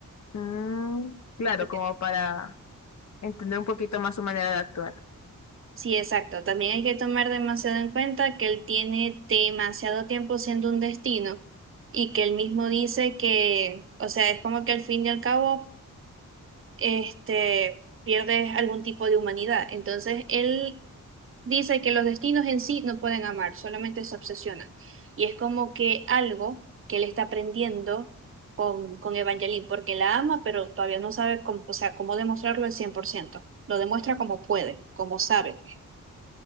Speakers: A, on the left; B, on the right.
A: Mm, claro,
B: Porque-
A: como para entender un poquito más su manera de actuar.
B: Sí, exacto. También hay que tomar demasiado en cuenta que él tiene demasiado tiempo siendo un destino y que él mismo dice que, o sea, es como que al fin y al cabo este, pierdes algún tipo de humanidad. Entonces, él dice que los destinos en sí no pueden amar, solamente se obsesionan. Y es como que algo que él está aprendiendo con, con Evangeline, porque la ama, pero todavía no sabe cómo, o sea, cómo demostrarlo al cien por ciento Lo demuestra como puede, como sabe.